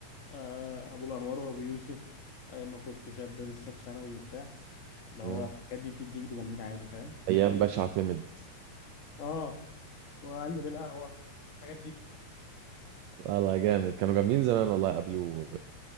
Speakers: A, on the left; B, on the right.
A: آه، ابو الانوار وابو يوسف ايام ما كنت شاب لسه في ثانوي وبتاع اللي هو
B: امم
A: الحاجات دي بتديك دوبامين عالي فاهم
B: ايام باشا اعتمد
A: اه واقلب القهوه الحاجات دي
B: لا لا جامد كانوا جامدين زمان والله ابيو و...